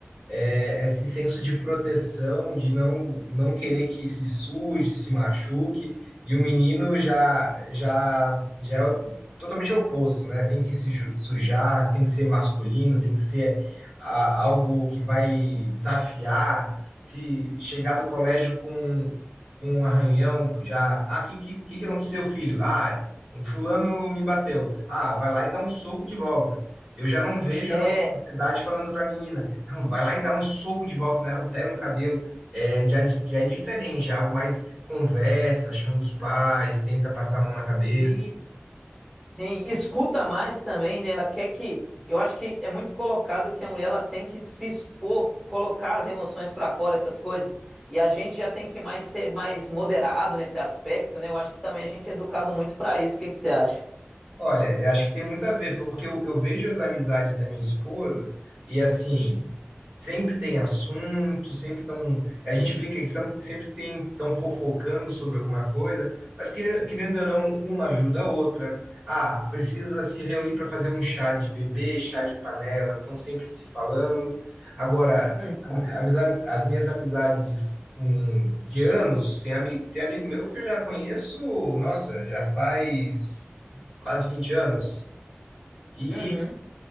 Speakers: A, on the right; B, in the centre.
A: é, esse senso de proteção, de não, não querer que se suje, se machuque. E o menino já, já, já é o- totalmente oposto, né? Tem que se ju- sujar, tem que ser masculino, tem que ser a- algo que vai desafiar. Se chegar do colégio com, com um arranhão, já. Ah, o que, que, que que aconteceu, filho? Ah, o fulano me bateu. Ah, vai lá e dá um soco de volta. Eu já não vejo
B: É,
A: a nossa sociedade falando para a menina, não, vai lá e dá um soco de volta nela, pega no cabelo. É, já, já é diferente, é algo mais conversa, chama os pais, tenta passar a mão na cabeça.
B: sim, sim. Escuta mais também, né? Ela quer que. Eu acho que é muito colocado que a mulher ela tem que se expor, colocar as emoções pra fora, essas coisas. E a gente já tem que mais ser mais moderado nesse aspecto, né? Eu acho que também a gente é educado muito pra isso. O que que você acha?
A: Olha, eu acho que tem muito a ver, porque eu, eu vejo as amizades da minha esposa e assim, sempre tem assunto, sempre estão. A gente brinca que são- sempre tem estão fofocando sobre alguma coisa, mas querendo, querendo ou não, uma ajuda a outra. Ah, precisa se reunir para fazer um chá de bebê, chá de panela, estão sempre se falando. Agora,
B: Uhum,
A: a- amizade- as minhas amizades. hum, de anos, tem, ami- tem amigo meu que eu já conheço, nossa, já faz quase 20 anos. E
B: uhum,